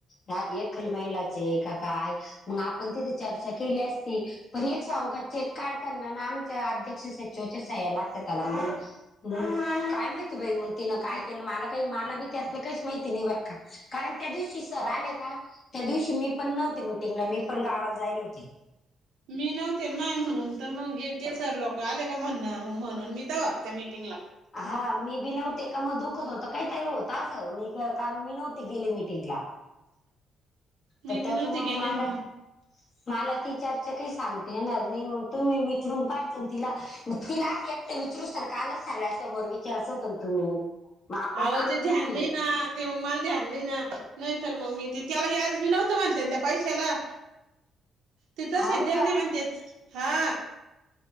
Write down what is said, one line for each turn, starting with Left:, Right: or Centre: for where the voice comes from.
Left: ह एकखल महिलाचे का काय मग आपण तिथे चर्चा केली असती. पण एक सांगू का चेक काढताना ना आमच्या अध्यक्ष सचिवाच्या सह्य लागतात त्याला मग काय माहिती बाई मग तिनं काय केलं मला काही मला बी त्यातल काहीच माहिती नाही बर का कारण त्या दिवशी सर आले ना त्या दिवशी मी पण नव्हते मिटिंगला मी पण गावात जायल होते.
Right: मी नव्हते नाय म्हणून तर मग येते सर लोक आले का म्हण म्हणून मी तव्हा त्या मीटिंगला.
Left: हा मी बी नव्हते. दुखत होत काहीतरी होत असं मी कारण मी नव्हती गेली मीटिंगला
Right: मी
Left: तर
Right: बी
Left: त्याच्यामुळ
Right: नव्हते गेले
Left: मला
Right: ना मग
Left: मला ती चर्चा काही सांगते येणार नाही मग तुम्ही विचरून पाहिच ना तिला ग तिला असं एकटं विचारूत कालच सगळ्या समोर विचाराच होतं ना तुम्ही मग आपण
Right: हा
Left: आम्ही
Right: ते
Left: बी
Right: ध्यान
Left: म्हणलं
Right: नाही ना ते मग मला द्या आणली ना नाहीतर मग मी ते त्याला याज बी नव्हतं म्हणते त्या पैशाला. तिथंचदल
Left: हाव का?
Right: त म्हणतेच हा